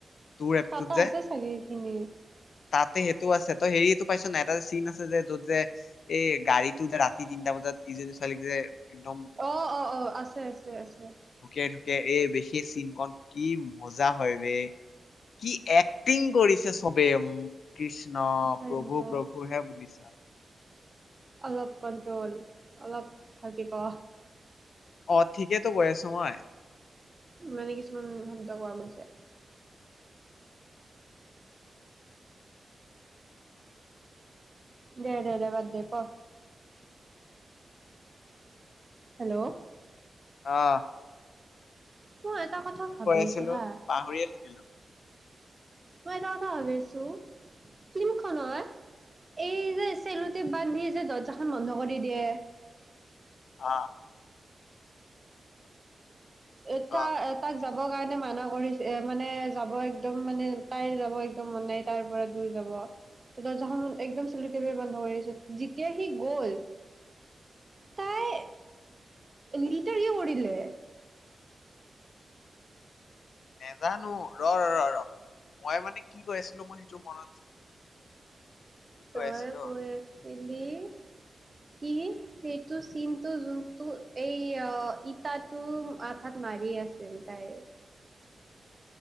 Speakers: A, on the left; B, on the right.
A: তোৰ এপটোত
B: তাতে
A: যে
B: আছে চাগেই। সিনি।
A: তাতে সেইটো আছে। ত হেৰিটো পাইছ ন এটা চিন আছে। যে য'ত যে এই গাড়ীটো যে ৰাতি তিনটা বজাত ইজনী ছোৱালীক যে। একদম
B: অ অ অ আছে। আছে, আছে, আছে।
A: ঢুকিয়াই ঢকিয়াই এই সেইষ চিনক কি মজা হয় ব কি এক্টিং কৰিছে। চবে উম কৃষ্ণ
B: সঁচাই
A: প্ৰভু
B: কিন্তু
A: প্ৰভু হে বুলিছ।
B: অলপ কণ্ট্ৰল অলপ থাকিব।
A: অ ঠিকেইতো গৈছোঁ। মই
B: মানে কিছুমান শব্দ কোৱা গৈছে। দে দে দে বদে ক। হেল্ল'।
A: অহ।
B: মই এটা কথা ভাবি
A: আছিলো
B: আছো হা।
A: পাহৰিয়ে থাকিলো
B: মই এটা কথা ভাবি আছো ফিল্মখন হয়। এই যে চেলট বান্ধি যে দৰ্জাখন বন্ধ কৰি দিয়ে।
A: অহঁ
B: এটা
A: অ
B: এটাক। যাবৰ কাৰণে মানা কৰিছে। এ মানে যাব একদম মানে তাই যাব একদম মানেই তাইৰ পৰা দূৰ যাব ত দৰ্জাখন একদম চেলি বন্ধ কৰিছে যেতিয়া সি গল তাই লিটাৰ কৰিলে।
A: নজানো ৰ ৰ ৰ ৰ মই মানে কি কৈ আছিলো মই সেইটো মনত কি কৈ
B: তই
A: আছিলো
B: কৈ আছিলি কি সেইটো চীনটো জোনটো এই ইটাটো আঠাত মাৰি আছিল তাইৰ